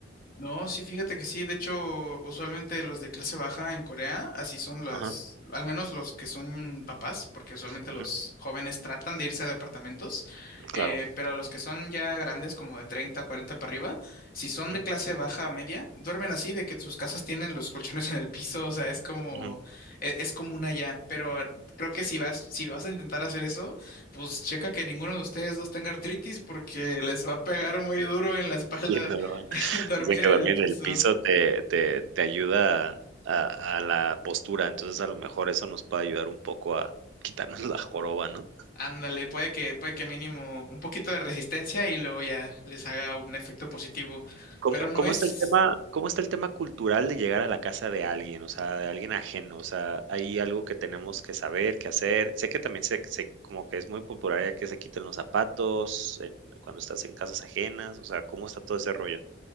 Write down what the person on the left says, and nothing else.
No, sí, fíjate que sí. De hecho, usualmente los de clase baja en Corea, así son las,
al menos los que son papás, porque usualmente
los jóvenes tratan de irse a departamentos, eh,
pero los que son ya grandes, como de 30, 40 para arriba, si son
de clase baja a media, duermen así, de que sus casas tienen los colchones en el piso, o sea, es como,
e- es, común allá, pero... Creo que si vas, si vas a intentar hacer eso, pues checa que ninguno de ustedes dos tenga artritis porque les va a pegar muy duro en la espalda
<laughs> Dormir
en
el piso.
Ándale, puede que, puede que mínimo un poquito de resistencia y luego ya les haga un efecto positivo.
Pero no
es